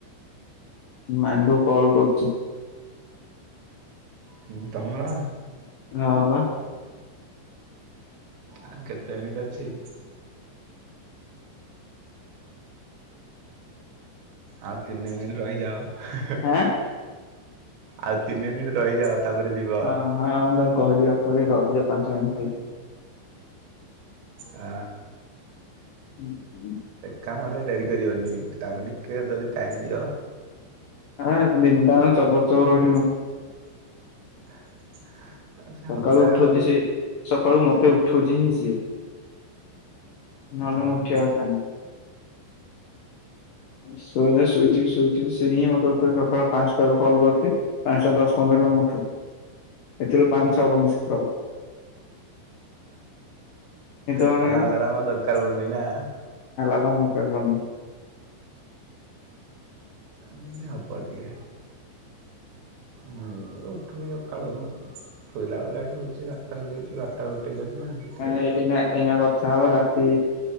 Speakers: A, on the left; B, on the right.
A: ମାଣ୍ଡୁ କଲ କରୁଛି।
B: ହୁଁ ତମର
A: ହଁ ବା
B: ଆଉ କେତେ ମିନିଟ୍ ଅଛି? ଆଉ ତିନି ମିନିଟ୍ ରହିଯାଅ
A: ହଁ
B: ଆଉ ତିନି ମିନିଟ୍ ରହିଯାଅ ତାପରେ ଯିବ।
A: ହଁ ହଁ ମୁଁ ତାକୁ କହିଲି ବା କହିଲି ରହିଯା ପାଞ୍ଚ ମିନିଟ୍ ଖାଲି
B: ଆ
A: ହୁଁ ହୁଁ
B: କାମରେ ଡେରି କରିବନି, ତାଙ୍କୁ ଟିକେ ଯଦି ଟାଇମ ଦିଅ।
A: ହଁ ତିନିଟା ଆଙ୍କ ଚବର ଚବର ହଉ
B: <inaudible>
A: ସକାଳୁ
B: ହେବେ
A: ଉଠଛି
B: ଆଉ
A: ସିଏ ସକାଳୁ ମତେ ଉଠଉଛି ହିଁ ସିଏ। ନହେଲେ ମୁଁ
B: ଅ
A: ଉଠିବା
B: ହ।
A: କଥା ନୁହଁ। ଶୋଇ ଶୋଇଥିବି ଶୋଇଥିବି ସେଇ ହିଁ ମତେ ସକାଳ ପାଞ୍ଚଟାରୁ କଲ୍ କରିଥିଲ ପାଞ୍ଚଟା ଦଶ ପନ୍ଦରରେ ମ ଉଠୁ ଏଥିରୁ ପାଞ୍ଚ ଛଅହ ମିଶକଲ୍। ଭାଙ୍ଗୁନି
B: ତାହେଲେ ଆଲାରାମ
A: ବା।
B: ଆଉ ଦରକାର ପଡ଼ୁନି ନା।
A: କଣ ଦରକାର କହୁନ।
B: ଆଏମିତି ହବ ଟିକେ। ମୁଁ ଉଠୁନି ସକାଳୁ ଶୋଇଲାବେଳେ ଲେଟ ହଉଛି ବାରଟା ହେଇଯାଉଛି ବାରଟା ଗୋଟେ ହେଇଯାଉଛି। ନା ସେଥିଲାଗି।
A: ହ ଏନା-ଏନା କଥା ହବ ରାତି